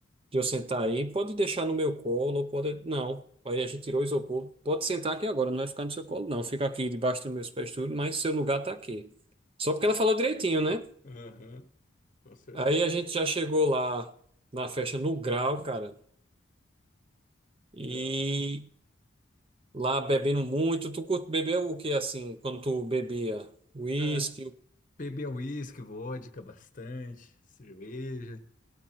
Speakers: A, on the right (about 30°); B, on the left (about 40°).
A: de eu sentar aí? Pode deixar no meu colo, pode. Não. Aí a gente tirou o isopor. Pode sentar aqui agora, não vai ficar no seu colo, não. Fica aqui debaixo dos meus pés, tudo, mas seu lugar tá aqui. Só porque ela falou direitinho, né?
B: Aham, com certeza.
A: Aí a gente já chegou lá na festa no grau, cara. e
B: Da hora.
A: Lá bebendo muito. Tu curte beber o que assim, quando tu bebia? Whisky,
B: Ah, beber uísque, vodka, bastante, cerveja,